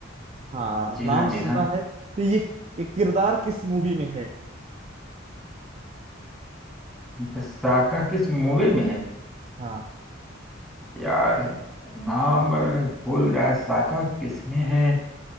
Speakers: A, on the right (about 30°); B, in the centre.
A: हाँ
B: जी
A: नाम
B: हाँ जी
A: सुना
B: हाँ
A: है तो ये कि- किरदार किस मूवी में है
B: अच्छा, साका किस मूवी में है
A: हाँ
B: यार नाम अ, भूल रहा है साका किस में है